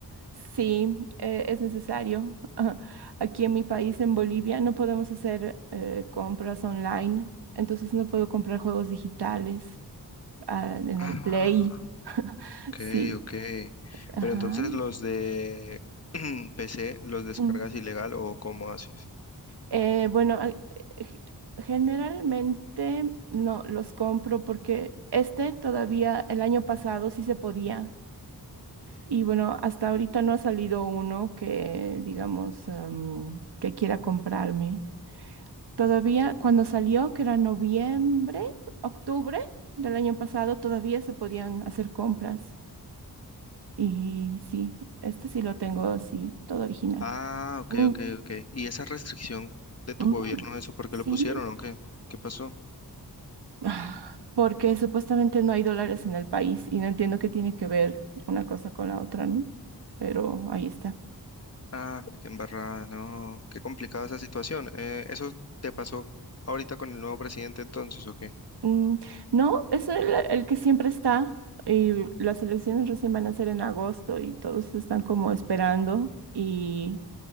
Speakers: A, on the right; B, on the left.
A: Sí, eh, es necesario. <laughs> Aquí en mi país, en Bolivia, no podemos hacer eh, compras online, entonces no puedo comprar juegos digitales ah, en
B: Ah,
A: el Play. <laughs>
B: ok,
A: Sí,
B: ok.
A: ajá.
B: Pero entonces los de <clears throat> PC los descargas
A: Mm.
B: ilegal o cómo haces?
A: Eh, bueno, a- eh, generalmente no los compro porque este todavía el año pasado sí se podía. Y bueno, hasta ahorita no ha salido uno que, digamos, em, que quiera comprarme. Todavía cuando salió, que era noviembre, octubre del año pasado, todavía se podían hacer compras. Y sí, este sí lo tengo, sí, todo original.
B: Ah, ok,
A: Mm,
B: ok, ok. ¿Y esa restricción de tu
A: mm,
B: gobierno, eso por qué
A: sí,
B: lo pusieron o qué? ¿Qué pasó?
A: Ah, porque supuestamente no hay dólares en el país y no entiendo qué tiene que ver una cosa con la otra, ¿no? Pero ahí está.
B: Ah, qué embarrada, no, qué complicada esa situación. Eh, ¿eso te pasó ahorita con el nuevo presidente entonces o qué?
A: Mm, no, es el, el que siempre está y las elecciones recién van a ser en agosto y todos están como esperando y...